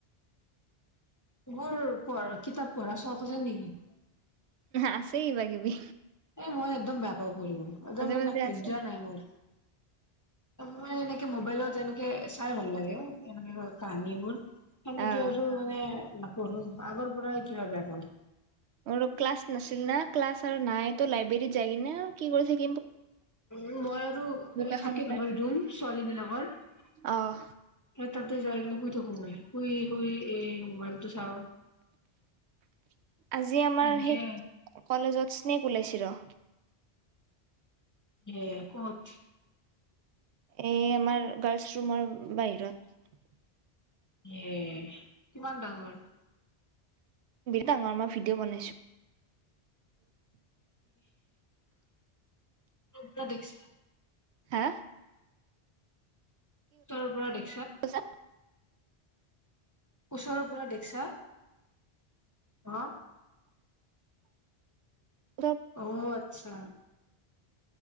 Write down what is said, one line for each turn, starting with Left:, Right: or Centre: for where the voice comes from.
Left: মোৰ পঢ় কিতাপ পঢ়া চোৱা কছে নেকি।
Right: আছেই কিবাকিবি।
Left: এই মই একদম বেয়া। হাব প একদম মানে
Right: মাজে
Left: সজ
Right: আছে
Left: নাই মোৰ। ত মে এনেকে মোবাইলত এনেকে চাই ভাল লাগে অ। এ কানিপ এনেকে
Right: অহ
Left: এান নাপ আগৰ পৰা কি ভাবে আপ
Right: আৰু ক্লাছ নাছিল না ক্লাছ আৰু নাই তো লাইব্ৰেৰীত যায় কিি ন কি কৰি থাক
Left: উ মই আৰু
Right: বুক
Left: এ
Right: এখন
Left: থাকে
Right: ওলাই
Left: নহয় ৰুম ছোৱালী বিলাকৰ
Right: অ'
Left: স তাক ত যায় ন কুজ গল শুই শুই এ মোবাইলতটো চাওঁ
Right: আজি আমাৰ
Left: এনকে
Right: সেই কলেজত স্নেক ওলাইছিল ৰ <inaudible>
Left: এ কত
Right: এই আমাৰ গাৰ্লচ ৰুমৰ বাহিৰত
Left: হে কিমান ডাঙৰ
Right: বঙাৰ মাৰ ভিডিঅ বনাইছো
Left: ব দেখছ <unintelligible>
Right: হা
Left: তৰৰ পৰা দেখি
Right: কজ
Left: ওচৰৰ পৰা দেখছা হা
Right: আহ
Left: অ আচ্ছা